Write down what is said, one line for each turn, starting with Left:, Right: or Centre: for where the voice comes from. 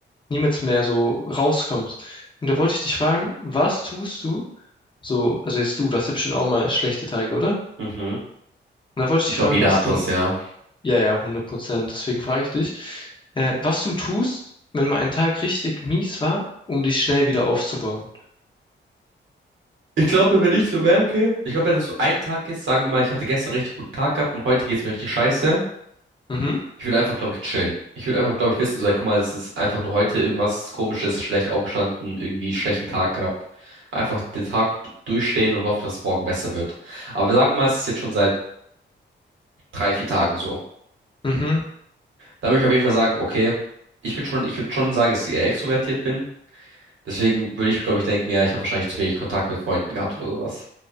Left: niemals mehr so rauskommst. Und da wollte ich dich fragen, was tust du, so, also jetzt du, das hast ja bestimmt auch mal schlechte Tage, oder? Und
Right: mhm.
Left: da wollte ich
Right: Ich
Left: dich
Right: glaube,
Left: fragen,
Right: jeder
Left: was
Right: hat
Left: du,
Right: das, ja.
Left: ja, ja, hundert Prozent deswegen frage ich dich, äh, was du tust, wenn mal ein Tag richtig mies war, um dich schnell wieder aufzubauen.
Right: Ich glaube, wenn ich so merke, ich glaube, wenn das so ein Tag ist, sagen wir mal, ich hatte gestern richtig guten Tag gehabt und heute geht's mir richtig scheiße.
Left: Mhm,
Right: Ich will einfach, glaube ich, chillen. Ich will einfach, glaube ich, wissen, so, ey, guck mal, es ist einfach nur heute irgendwas Komisches, schlecht aufgestanden, irgendwie schlechten Tag gehabt. Einfach den Tag d- durchstehen und hoffen, dass es morgen besser wird. Aber sagen wir mal, es ist jetzt schon seit drei, vier Tagen so.
Left: mhm,
Right: Da würde ich auf jeden Fall sagen, okay, ich bin schon, ich würde schon sagen, dass ich eher extrovertiert bin. Deswegen würde ich, glaube ich, denken, ja, ich habe wahrscheinlich zu wenig Kontakt mit Freunden gehabt oder sowas.